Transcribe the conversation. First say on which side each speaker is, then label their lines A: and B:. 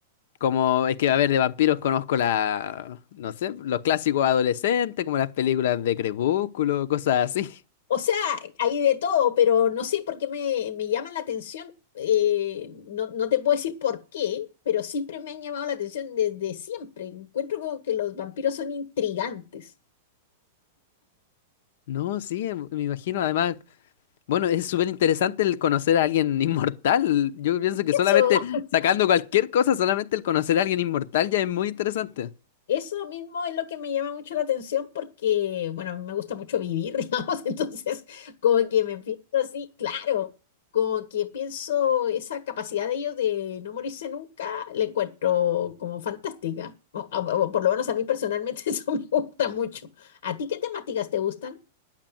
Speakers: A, on the left; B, on the left.
A: Como es que, a ver, de vampiros conozco la, no sé, los clásicos adolescentes, como las películas de Crepúsculo, cosas así.
B: o sea, hay de todo, pero no sé por qué me, me llaman la atención. eh, no, no te puedo decir por qué, pero siempre me han llamado la atención desde siempre. Encuentro como que los vampiros son intrigantes.
A: No, sí, em- me imagino. Además, bueno, es súper interesante el conocer a alguien inmortal. Yo pienso que
B: Eso,
A: solamente sacando cualquier cosa, solamente el conocer a alguien inmortal ya es muy interesante.
B: eso mismo es lo que me llama mucho la atención porque, bueno, a mí me gusta mucho vivir, <laughs> digamos, entonces como que me pienso así, claro, como que pienso esa capacidad de ellos de no morirse nunca, la encuentro como fantástica. O, o- o por lo menos a mí personalmente <laughs> eso me gusta mucho. ¿A ti qué temáticas te gustan?